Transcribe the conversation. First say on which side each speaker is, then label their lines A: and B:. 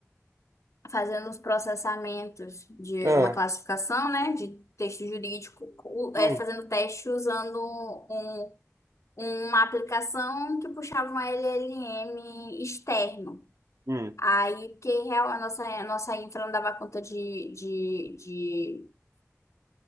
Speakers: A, on the left (about 70°); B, on the right (about 70°).
A: fazendo os processamentos de
B: Ah,
A: uma classificação, né, de texto jurídico, o-
B: hum,
A: é, fazendo teste usando um- uma aplicação que puxava um LLM externo.
B: hum,
A: Aí, porque real, a nossa, a nossa infra não dava conta de, de, de,